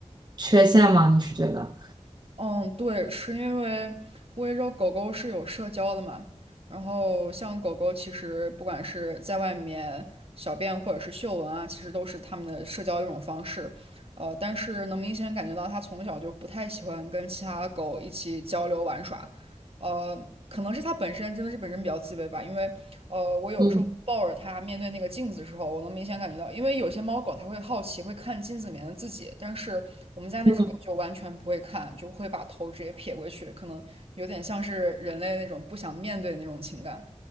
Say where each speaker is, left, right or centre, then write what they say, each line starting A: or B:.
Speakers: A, on the right; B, on the right.
A: 缺陷吗？你是觉得？
B: 嗯，对，是因为我也知道狗狗是有社交的嘛，然后像狗狗其实不管是在外面小便或者是嗅闻啊，其实都是它们的社交一种方式。呃，但是能明显感觉到它从小就不太喜欢跟其他的狗一起交流玩耍，呃，可能是它本身真的是本身比较自卑吧，因为呃，我有时候抱着它面对那个镜子的时候，
A: 嗯
B: 我能明显感觉到，因为有些猫狗它会好奇，会看镜子里面的自己，但是我们家那只狗就完全不会看，
A: 嗯，
B: 就会把头直接撇过去，可能有点像是人类那种不想面对的那种情感。